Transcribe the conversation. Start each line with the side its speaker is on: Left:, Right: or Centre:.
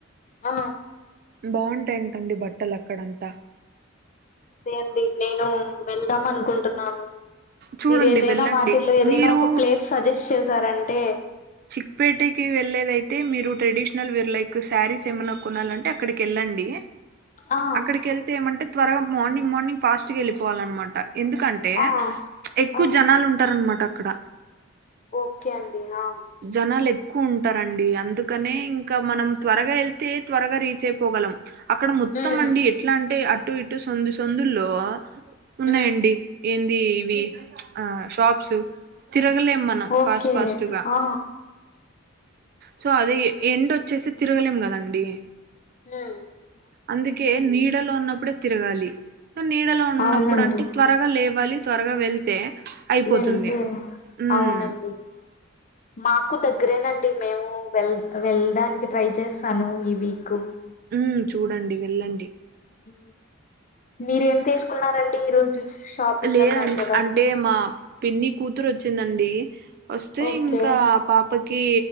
Left: ఆ
Right: బాగుంటాయింటండి బట్టలు అక్కడంతా
Left: అదే అండి నేను వెళ్దాం అనుకుంటున్నాను
Right: చూడండి
Left: మీరు ఏదైనా
Right: వెళ్ళండి
Left: వాటిల్లో ఏదైనా
Right: మీరు
Left: ఒక ప్లేస్ సజెస్ట్ చేసారంటే
Right: చిక్పేటకి వెళ్ళలేదయితే మీరు ట్రెడిషనల్ వేర్ లైక్ శారీస్ సే ఏమన్నా కొనాలంటే అక్కడికి వెళ్ళండి
Left: ఆ
Right: అక్కడికి వెళ్తే ఏమంటే త్వరగా మార్నింగ్ మార్నింగ్ ఫాస్ట్గా వెళ్ళిపోవాలన్నమాట ఎందుకంటే
Left: ఆ
Right: ఎక్కువ
Left: ఆ
Right: జనాలు ఉంటారనమాట అక్కడ
Left: ఓకే అండి ఆ
Right: జనాలు ఎక్ తక్కువ ఉంటారంండి అందుకనే ఇంకా మనం త్వరగా వెళ్తే త్వరగా రీచ్ అయిపోగలం అక్కడ మొత్తం
Left: ఉమ్
Right: అండి ఎట్లా అంటే అటు ఇటు సొందు సందుల్లో ఉన్నాయండి
Left: ఉమ్
Right: ఏంది ఇవి ఆ షాప్స్ తిరగలేం మనం
Left: ఓకే
Right: ఫాస్ట్ ఫాస్ట్ గా
Left: ఆ
Right: సో అదే ఎండ్ వచ్చేసి తిరగలేం కదండి
Left: నా
Right: అందుకే నీడలో ఉన్నప్పుడే తిరగాలి సో నీడలో ఉన్నప్పుడు
Left: అవునండి
Right: అంటే త్వరగా లేవాలి త్వరగా వెళ్తే అయిపోతుంది
Left: వెళ్తే
Right: ఉమ్
Left: అవునండి మాకు దగ్గరేనండి మేము వెల్ వెళ్ళడానికి ట్రై చేస్తాను ఈ వీక్
Right: ఉ చూడండి వెళ్ళండి
Left: ఉ మీరేం తీసుకున్నండి ఈ రోజు షాపింగ్
Right: లేద
Left: అన్నారు
Right: అన్
Left: కదా
Right: అంటే మా పిన్ని కూతురు వచ్చిందండి వస్తే
Left: ఓకే
Right: ఇంకా ఆ పాపకి